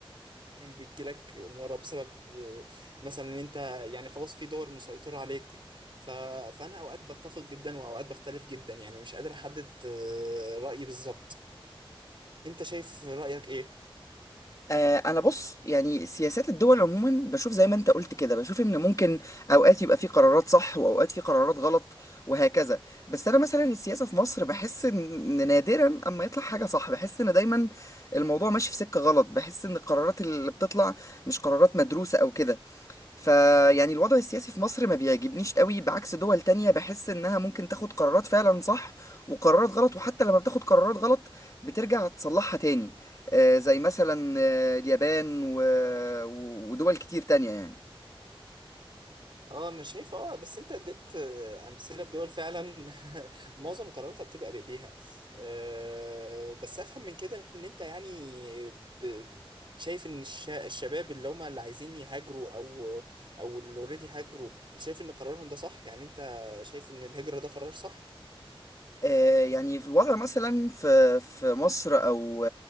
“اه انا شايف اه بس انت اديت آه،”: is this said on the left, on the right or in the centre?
Right